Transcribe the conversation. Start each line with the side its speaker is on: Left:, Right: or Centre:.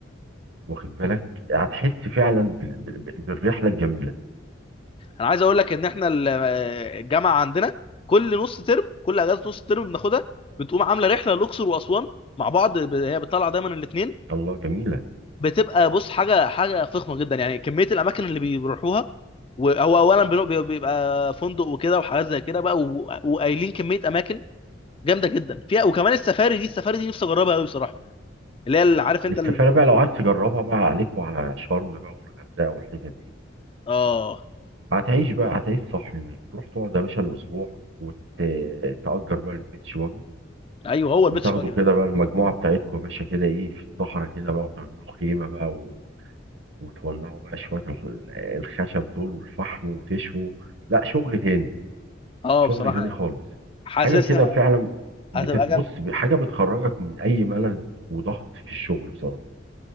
Right: واخد بالك هتحس فعلا بال- بال- بالرحله الجميله
Left: انا عايز اقول لك ان احنا ال- الجامعه عندنا كل نص ترم كل اجازه نص ترم بناخدها بتقوم عامله رحله الاقصر واسوان مع بعض ب- هي بتطلع دايما الاثنين
Right: الله جميله
Left: بتبقى بص حاجه حاجه فخمه جدا يعني كميه الاماكن اللي بيروحوها وهو اولا بنو- بي- بيبقى فندق وكده وحاجات زي كده بقى و- وقايلين كميه اماكن جامده جدا فيها وكمان السفاري دي السفاري دي نفسي اجربها قوي بصراحه اللي هي اللي عارف انت
Right: السفاره
Left: ال...
Right: بقى لو عايز تجربها بقى عليك وعلى شرم بقى والغردقه والحتت دي
Left: اه
Right: هتعيش بقى هتعيش صح هناك تروح تقعد يا باشا الاسبوع وتأجر بقى البيتش واجي
Left: ايوه هو البيتش
Right: وتاخدوا
Left: باجي ده
Right: كده
Left: بقى.
Right: بقى المجموعه بتاعتكم يا باشا كده ايه في الصحراء كده بقى وتعملوا خيمه بقى وتولعوا بقى شوية ال- الخشب دول والفحم وتشووا لا شغل تاني
Left: اه
Right: شغل
Left: بصراحه
Right: تاني
Left: يعني
Right: خالص
Left: حاسسها
Right: حاجة كده فعلا بتتبص
Left: هتبقى جامده
Right: حاجة بتخرجك من أي ملل وضغط في الشغل بصراحة